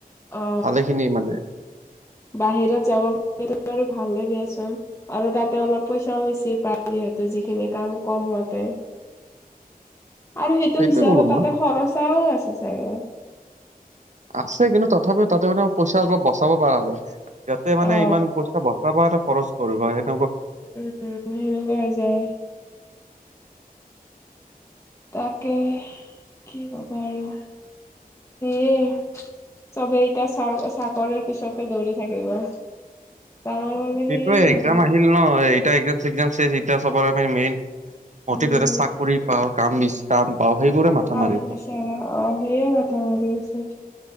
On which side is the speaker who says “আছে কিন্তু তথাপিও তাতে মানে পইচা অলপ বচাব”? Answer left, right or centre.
Right